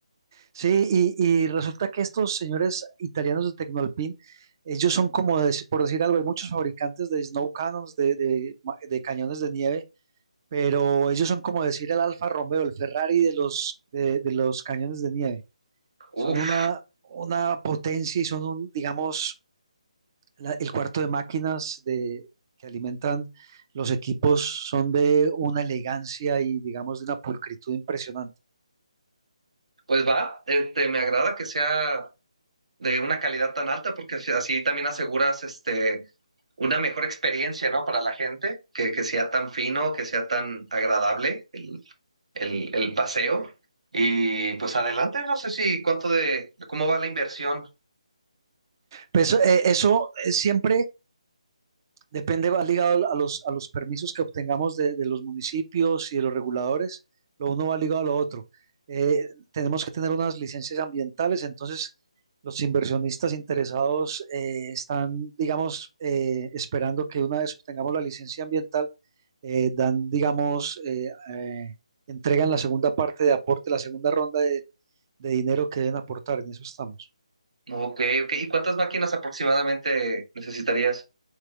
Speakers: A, on the right; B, on the right.
A: Sí, y, y resulta que estos señores italianos de Tecnolpin, ellos son como, de, por decir algo, hay muchos fabricantes de snow cannons, de, de, ma- de cañones de nieve, pero ellos son como decir el Alfa Romeo, el Ferrari de los, de, de los cañones de nieve.
B: Uf,
A: Son una, una potencia y son un, digamos, la- el cuarto de máquinas de, que alimentan los equipos, son de una elegancia y, digamos, de una pulcritud impresionante.
B: pues va, este, me agrada que sea de una calidad tan alta porque así así también aseguras este, una mejor experiencia, ¿no? Para la gente, que, que sea tan fino, que sea tan agradable el, el el paseo. Y pues adelante, no sé si cuánto de, cómo va la inversión
A: Pues eh, eso eh, siempre Depende, va ligado a los, a los permisos que obtengamos de, de los municipios y de los reguladores. Lo uno va ligado a lo otro. Eh, tenemos que tener unas licencias ambientales, entonces los inversionistas interesados eh, están, digamos, eh, esperando que una vez obtengamos la licencia ambiental, eh, dan, digamos, eh, eh, entregan la segunda parte de aporte, la segunda ronda de, de dinero que deben aportar. En eso estamos.
B: Ok, ok. ¿Y cuántas máquinas aproximadamente necesitarías?